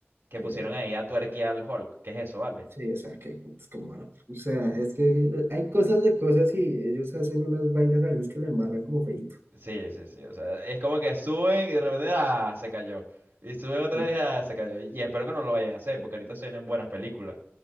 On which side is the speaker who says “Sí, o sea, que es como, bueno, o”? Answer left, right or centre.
Right